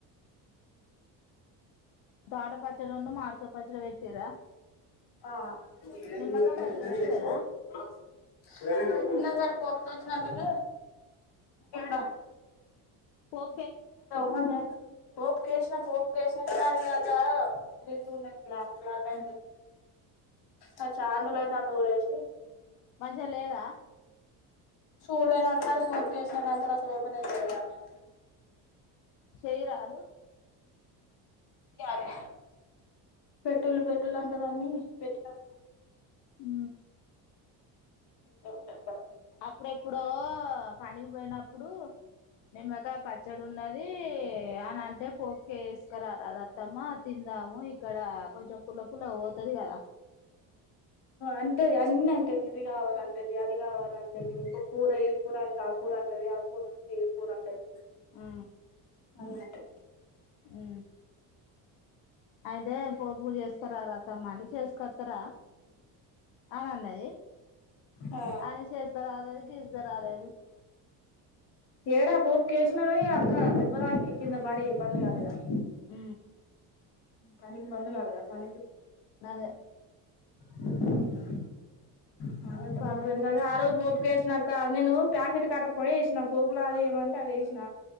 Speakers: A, on the left; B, on the left.
A: టమాట పచ్చడను, మామిడి కాయ పచ్చడ పెట్టిర్రా,
B: ఆ <unintelligible>
A: నిమ్మకాయ పచ్చడి పెట్టలేదా
B: పజ నగర ఎడ <inaudible>
A: పో
B: మన్నా పోపు కేసిన, పోపు కేసిన కానీ అది, ఇ మీరైతే ఉంద క్లా క్లాక్ అయింది, ఆ చాలా రోజులు లో అయితాంది ఊరేసి,
A: మంచిగా లేదా
B: చూడలే అసలు పోప్ కేసిన, కనుండి ఓపెన్ చేయలేదు.
A: చెయి రా అద
B: దే పెట్రోల్ పెట్రోల్ అంట దాన్ని పెట్లాగా
A: హ
B: ఉంట ఉంటా కద
A: అప్పుడెప్పుడు పనికి పోయినప్పుడు నిమ్మగా పచ్చడి ఉన్నది అని అంట అంటే పోపకే వేసుకురా రాదత్తమ్మా తిందాము. ఇక్కడ కొంచెం పుల్ల పులగా పోతది కదా.
B: అంటేది అన్ని అంటేది ఇది కావాలంటేది, అది కావాలంటేది ఒక కూర ఈ కూర అంటే ఆ కూర అంటది ఆ కూర అంటది ఈ కూర అంటది.
A: ఆ
B: వన్నట్
A: అ అయితే పోపు చేసుకుర రా అత్తమ్మ అంట చేసుకొస్తరా అని అన్నది.
B: ఆ
A: అని చేసుక రాలేదు గీజగా రాలేదు.
B: ఏడ ప కష్ణగరికి కంద బడి బ కదగా ఇక్కడ రాసిన పదాలకు వాయిస్ టైపింగ్ పదాలకు చాలా తేడా ఉంది. అది ఏడ పోపుకేసినకని అక్క దెబ్బ తాకి కిందబడి ఇబ్బందిగాల.
A: అ
B: పనికి బందు కాలదా పనికికి
A: అది
B: <inaudible> అ పాప క క బపు ఇక్కడ పదానికి వాయిస్ రికార్డ్ కు తేడా ఉన్నది. ఆ పపు
A: పానికి
B: బత్కొని ఆరొజు పోపుకేసి. న నా నేను ప్యాకెట్ కర్ర పొడ వేసినా పోపులా అదిమంటే అది వేసినా.